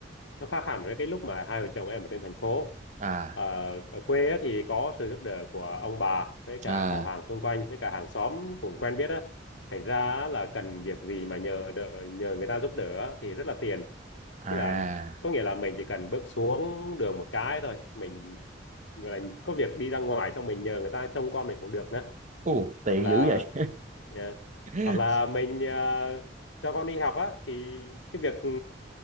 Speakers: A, on the left (about 85°); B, on the right (about 40°).
A: nó khác hẳn với cái lúc mà hai vợ chồng em ở trên thành phố.
B: à,
A: Ờ, ở quê á, thì có sự giúp đỡ của ông bà với cả
B: à,
A: họ hàng xung quanh với cả hàng xóm cũng quen biết á. Thành ra á, là cần việc gì mà nhờ đỡ, nhờ người ta giúp đỡ á, thì rất là tiền.
B: à.
A: Như là có nghĩa là mình chỉ cần bước xuống đường một cái thôi, mình gọi là có việc đi ra ngoài xong mình nhờ người ta trông con mình cũng được nữa
B: Ồ, tiện
A: hoặc là
B: dữ vậy.
A: ờ,
B: <laughs>
A: hoặc là mình ờ, cho con đi học á thì cái việc ừ,